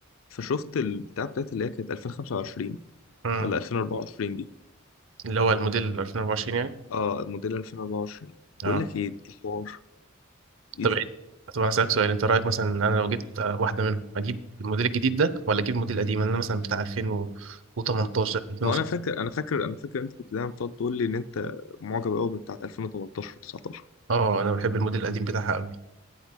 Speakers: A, on the left; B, on the right.
A: فشفت البتاع بتاعت اللي هي كانت 2025
B: مم.
A: ولا 2024 دي
B: اللي هو الموديل 2024 يعني
A: اه موديل 2024 بقول
B: اه
A: لك إيه ده حوار إيه
B: طب
A: ده
B: إيه؟ طب انا اسالك سؤال انت رايك مثلا ان انا لو جبت آه، واحدة منهم اجيب الموديل الجديد ده ولا اجيب الموديل القديم انا مثلا بتاع 2018 2000
A: هو أنا فاكر أنا فاكر أنا فاكر أنت كنت دايما بتقعد تقول لي إن أنت معجب أوي بتاعت 2018 و19
B: اه انا بحب الموديل القديم بتاعها قوي